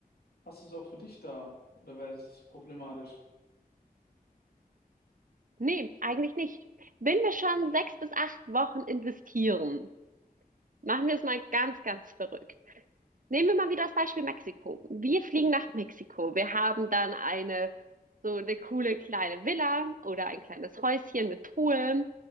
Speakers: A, on the left (about 80°); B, on the right (about 60°).
A: Passt es auch für dich da? Oder wäre das problematisch?
B: Nee, eigentlich nicht. Wenn wir schon sechs bis acht Wochen investieren, machen wir es mal ganz, ganz verrückt. Nehmen wir mal wieder das Beispiel Mexiko. Wir fliegen nach Mexiko. Wir haben dann eine, so eine coole kleine Villa oder ein kleines Häuschen mit Pool.